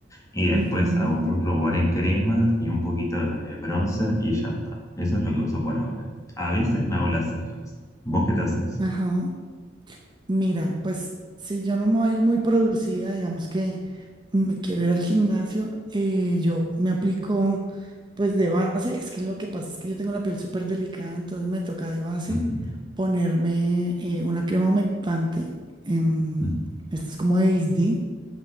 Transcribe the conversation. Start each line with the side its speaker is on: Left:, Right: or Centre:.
Left: Y después
Right: Ujú,
Left: hago un rubor en crema y un poquito de bronzer y ya está. Eso es lo que uso por ahora. A veces me hago las cejas. ¿Vos qué te haces?
Right: Ajá. Mira, pues si yo no me voy a ir muy producida, digamos que me quiero ir al gimnasio, eh, yo me aplico pues de base, es que lo que pasa es que yo tengo la piel súper delicada, entonces me toca de base
Left: Ujú,
Right: ponerme eh, una crema humectante, em,
Left: ujú,
Right: esta es como de Isdin,